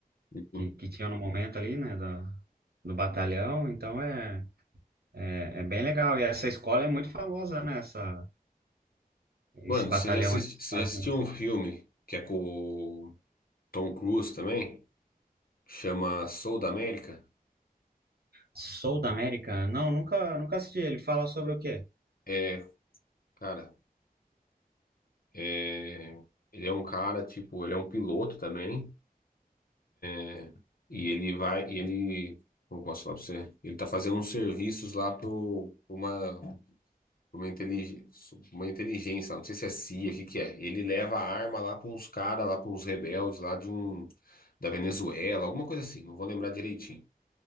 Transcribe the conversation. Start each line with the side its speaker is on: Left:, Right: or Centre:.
Left: Uhum.
Right: que, que tinha no momento ali, né, da, do batalhão, então é, é, é bem legal. E essa escola é muito famosa, né, essa, esse
Left: Mano,
Right: batalhão
Left: você já assisti-
Right: aí dos
Left: você
Right: Estados
Left: já assistiu
Right: Unidos.
Left: um filme que é com o Tom Cruise também? Chama Soul da América?
Right: Sul da América? Não, nunca, nunca assisti. Ele fala sobre o quê?
Left: É, cara, é, ele é um cara, tipo, ele é um piloto também, né? e ele vai, e ele, como eu posso falar pra você? Ele tá fazendo uns serviços lá pro, pra uma, pra uma, intelig, uma inteligência, não sei se é CIA, o que que é. Ele leva a arma lá pra uns caras, lá pra uns rebeldes lá de um, da Venezuela, alguma coisa assim, não vou lembrar direitinho.